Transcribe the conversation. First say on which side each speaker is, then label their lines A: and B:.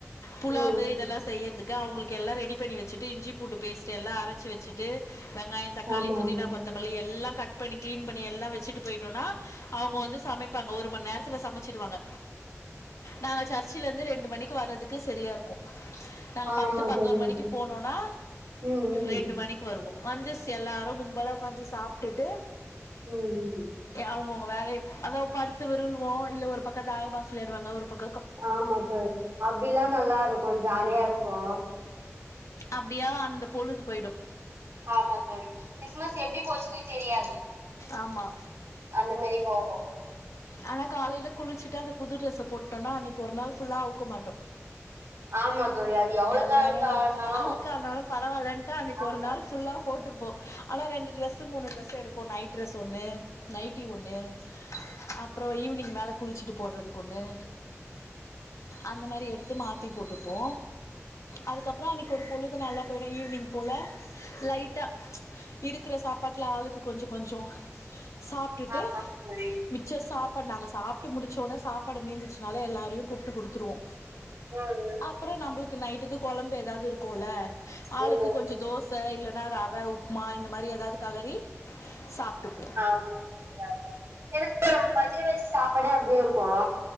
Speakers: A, on the left; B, on the right.
A: புலாவு
B: ம்
A: இதெல்லா
B: ம்
A: செ செய்யறதுக்கு அவங்களுக்கு எல்லா ரெடி பண்ணி வச்சுட்டு இஞ்சி பூண்டு பேஸ்ட் எல்லா அரச்சு வச்சுட்டு வெங்காய தக்காளி
B: ஆமா
A: புதினா
B: ஆமா
A: கொத்தமல்லி எல்லா கட் பண்ணி கிளீன் பண்ணி எல்லா வச்சுட்டு போயிட்டோனா அவுங்க
B: ம்.
A: வந்து சமைப்பாங்க ஒரு மணி நேரத்துல சமச்சிடுவாங்க நாங்க சர்ச்சில இருந்து ரெண்டு மணிக்கு வர்றதுக்கு செரியா இருக்கு நாங்க
B: ஆமா
A: பத்து பதினோரு
B: தோழி
A: மணிக்கு போனோன்னா
B: ம் ம்
A: ரெண்டு மணிக்கு வருவோ வந்துச்சு எல்லாரு கும்பல உக்காஞ்சி சாப்ட்டுட்டு
B: ம் ம்
A: அவங்கவுங்க வேலைய அதாவ படுத்து விருள்வோ இல்ல ஒரு பக்க தாய பாஸ் வெளையாடுவாங்க ஒரு பக்
B: ஆமா தோழி அப்டிலா நல்லா இருக்கு ஜாலியா இருக்கு
A: அப்டியாக அந்த பொழுது போயிடு
B: ஆமா தோழி கிறிஸ்மஸ் எப்டி போச்சுன்னே தெரியாது
A: ஆமா
B: அந்த மாரி போகு
A: ஆனா காலையில குளிச்சுட்டு அந்த புது டிரஸ்ச போட்டோன்னா அன்னைக்கி ஒரு நாள் ஃபுல்லா அவுக்க மாட்ட
B: ஆமா தோழி அது எவ்ளோ
A: எல்லாரு
B: நாளுக்கு ஆனாலு
A: அழுக்க ஆனாலு பரவாயில்ன்ட்டு அன்னைக்கி
B: ஆமா
A: ஒரு நாள் ஃபுல்லா போட்டுப்போ ஆனா ரெண்டு டிரஸ் மூணுட்ரெஸ் எடுப்போ நைட் ட்ரெஸ் ஒன்னு நைட்டி ஒண்ணு அப்பறோ ஈவினிங் மேல குளிச்சுட்டு போடுறதுக்கு ஒண்ணு அந்த மாரி எடுத்து மாத்தி போட்டுப்போ அதுக்கப்றோ அன்னைக்கி ஒரு பொழு து நல்லா போயிடு ஈவினிங் போல லைட்டா இருக்கிற சாப்பாட்ல ஆளுக்கு கொஞ்ச கொஞ்சோ சாப் டுட்டு
B: ஆமாங் தோழி
A: மிச்ச சாப்பாடு நாங்க சாப்பிட்டு முடிச்சோனே சாப்பாடு மீந்துச்சுனால எல்லாரையு கூப்ட்டு குடுத்துருவோ
B: ம்
A: அப்பறம் நம்பளுக்கு நைட்டுக்கு கொழம்பு ஏதாவது இருக்குல்ல ஆளுக்கு
B: ம் ம்
A: கொஞ்ச தோஸ் ச இல்லைனா ரவ உப்மா இந்த மாரி ஏதாவது கலறி சாப்ட்டுபோ
B: ஆமா <unintelligible> ஏனா நம்ம மதியம் வச்சு சாப்பாடே அப்டியே இருக்கு